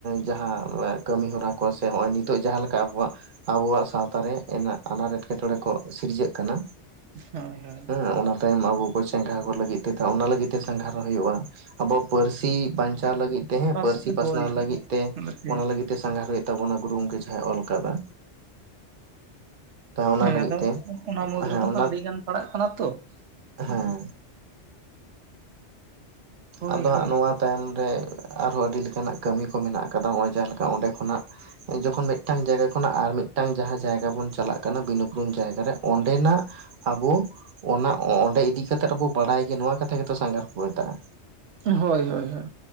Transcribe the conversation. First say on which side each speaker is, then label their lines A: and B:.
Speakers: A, on the right (about 50°); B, on the right (about 80°).
A: ᱡᱟᱦᱟᱸ ᱠᱟᱹᱢᱤᱦᱚᱨᱟ ᱠᱚ, ᱥᱮ ᱱᱚᱜ ᱚᱭ ᱱᱤᱛᱚᱜ ᱡᱟᱦᱟᱸ ᱞᱮᱠᱟ ᱟᱵᱚᱣᱟᱜ ᱟᱵᱩᱣᱟᱜ ᱥᱟᱶᱛᱟ ᱨᱮ ᱮᱱᱮ ᱟᱱᱟᱴ ᱮᱸᱴᱠᱮᱴᱚᱬᱮ ᱠᱚ ᱥᱤᱨᱡᱟᱹᱜ ᱠᱟᱱᱟ
B: ᱦᱳᱭ ᱦᱳᱭ
A: ᱦᱮᱸ ᱚᱱᱟ ᱮᱢ ᱟᱜᱩ ᱠᱚ ᱪᱮᱸᱜᱷᱟ ᱠᱚ ᱞᱟᱹᱜᱤᱫ ᱛᱮ ᱚᱱᱟ ᱞᱟᱹᱜᱤᱫ ᱛᱮ ᱥᱟᱸᱜᱷᱟᱨ ᱦᱩᱭᱩᱜᱼᱟ᱾ ᱟᱵᱚ ᱯᱟᱹᱨᱥᱤ ᱵᱟᱧᱪᱟᱣ ᱞᱟᱹᱜᱤᱫ ᱛᱮ ᱦᱮᱸ
B: ᱵᱟᱥ
A: ᱯᱟᱹᱨᱥᱤ ᱯᱟᱥᱱᱟᱣ
B: ᱦᱳᱭ ᱦᱳᱭ
A: ᱞᱟᱹᱜᱤᱫ ᱛᱮ
B: ᱱᱚᱛᱮ
A: ᱚᱱᱟ ᱞᱟᱹᱜᱤᱫ ᱛᱮ ᱥᱟᱸᱜᱷᱟᱨ ᱦᱩᱭᱩᱜ ᱛᱟᱵᱚᱱᱟ ᱜᱩᱨᱩ ᱜᱚᱢᱠᱮ ᱡᱟᱦᱟᱸ ᱚᱞ ᱠᱟᱫᱟ, ᱛᱟ ᱚᱱᱟ
B: ᱦᱮᱸ
A: ᱞᱟᱹᱜᱤᱫ
B: ᱟᱫᱚ
A: ᱛᱮ
B: ᱚᱱᱟ ᱢᱩᱫᱽ
A: ᱦᱮᱸ
B: ᱨᱮᱫᱚ
A: ᱚᱱᱟ
B: ᱦᱟᱸᱜ ᱟᱹᱰᱤ ᱜᱟᱱ ᱯᱟᱲᱟᱣᱜ ᱠᱟᱱᱟ ᱛᱚ,
A: ᱦᱮᱸ
B: ᱩᱸ᱾ ᱦᱳᱭ
A: ᱟᱫᱚ
B: ᱦᱳᱭ
A: ᱦᱟᱸᱜ ᱱᱚᱣᱟ ᱛᱟᱭᱚᱢ ᱨᱮ ᱟᱨᱦᱚᱸ ᱟᱹᱰᱤ ᱞᱮᱠᱟᱱᱟᱜ ᱠᱟᱹᱢᱤ ᱠᱚ ᱢᱮᱱᱟᱜ ᱟᱠᱟᱫᱟ, ᱱᱚᱜ ᱚᱭ ᱡᱟᱦᱟᱸ ᱞᱮᱠᱟ ᱚᱸᱰᱮ ᱠᱷᱚᱱᱟᱜ ᱡᱚᱠᱷᱚᱱ ᱢᱤᱫᱴᱟᱝ ᱡᱟᱭᱜᱟ ᱠᱷᱚᱱᱟᱜ ᱟᱨ ᱢᱤᱫᱴᱟᱝ ᱡᱟᱦᱟᱸ ᱡᱟᱭᱜᱟ ᱵᱚᱱ ᱪᱟᱞᱟᱜ ᱠᱟᱱᱟ ᱵᱤᱱᱩᱯᱩᱨᱩᱢ ᱡᱟᱭᱜᱟᱨᱮ ᱚᱸᱰᱮᱱᱟᱜ ᱟᱵᱚ ᱚᱱᱟ ᱚᱸᱰᱮ ᱤᱫᱤ ᱠᱟᱛᱮᱜᱵᱚ ᱵᱟᱰᱟᱭ ᱜᱮ ᱱᱚᱣᱟ ᱠᱟᱛᱷᱟ ᱜᱮᱛᱚ ᱥᱟᱸᱜᱷᱟᱨ ᱠᱚ ᱢᱮᱛᱟᱜᱼᱟ᱾
B: ᱦᱳᱭ ᱦᱳᱭ ᱦᱳᱭ᱾